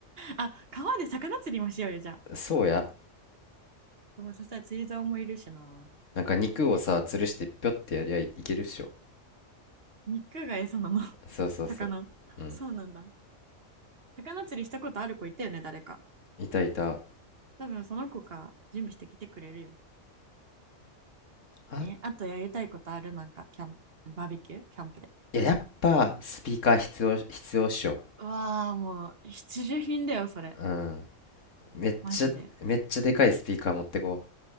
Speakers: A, on the right; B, on the left.
A: あ、川で魚釣りもしようよ、じゃあ。
B: そうや。
A: でもそしたら釣り竿もいるしな。
B: なんか肉をさ、吊るしてぴょってやりゃいいけるっしょ。
A: 肉が餌なの <laughs>
B: そうそうそう。
A: 魚そうなんだ
B: うん。
A: 魚釣りしたことある子いたよね誰か
B: いたいた。
A: 多分その子が準備してきてくれるよ
B: あ、
A: えあとやりたいことあるなんかキャンプバーベキューキャンプで
B: いや、やっぱスピーカー必要、必要っしょ。
A: うわあもう必需品だよそれ
B: うん。めっちゃ、
A: マジで
B: めっちゃでかいスピーカー持ってこ